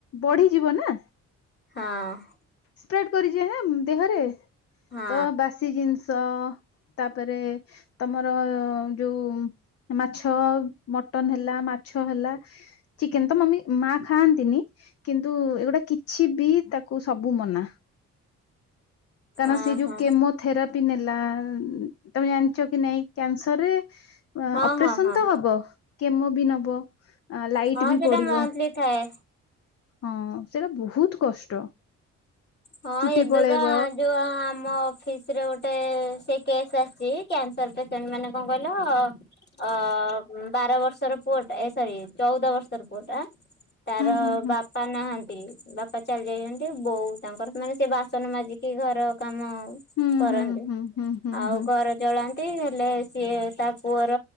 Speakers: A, on the left (about 50°); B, on the left (about 35°).
A: ବଢିଯିବ ନା।
B: ହଁ।
A: ସ୍ପ୍ରେଡ୍ କରିଯାଏ ନା ଦେହରେ ତ
B: ହଁ
A: ବାସି ଜିନ୍ ତ ତାପରେ ତମର ଯୋଉ। ମାଛ ଆଉ ମଟନ ହେଲା ମାଛ ହେଲା ଚିକେନ୍ ତ ମମି ମା ଖାଆନ୍ତିନି କିନ୍ତୁ ଏଗୁଡ଼ା କିଛି ବି ତାକୁ ସବୁ ମନା। କାଇନା
B: ଓହୋ
A: ସେ ଯୋଉ କେମୋଥେରାପି ନେଲା ତମେ ଜାଣିଛ କି ନାଇଁ କ୍ୟାନସର ରେ
B: ହଁ
A: ଅପରେସନ୍
B: ହଁ ହଁ
A: ତ ହବ କେମୋ ବି ନବ। ଆ ଲାଇଟ
B: ହଁ
A: ବି
B: ସେଟା
A: ପଡିବ
B: ମନ୍ଥଲି ଥାଏ।
A: ହଁ ସେଟା ବହୁତ କଷ୍ଟ।
B: ହଁ
A: ଚୁଟି
B: ଏବେ
A: ପଳେଇବ
B: ବା ଯୋଉ ଆମ ଅଫିସ୍। ସେଥିରେ ଗୋଟେ ସେ କେସ୍ ଆସିଚି କ୍ୟାନସର ପେସେଣ୍ଟ ମାନେ କଣ କଇଲ ଅ ହୁଁ ବାର ବର୍ଷର ପୁଅଟା ଏ ସରି ଚଉଦ ବର୍ଷର ପୁଅଟା। ତାର
A: ହୁଁ ହୁଁ
B: ବାପା ନାହାନ୍ତି ବାପା ଚାଲି ଯାଇଚନ୍ତି ବୋଉ। ତାଙ୍କର ମାନେ ସେ ବାସନ ମାଜିକି ଘର କାମ।
A: ହୁଁ
B: କରନ୍ତେ।
A: ହୁଁ ହୁଁ ହୁଁ
B: ଆଉ
A: ହୁଁ
B: ଘର ଚଳା ତେ ହେଲେ ସିଏ ତା ପୁଅର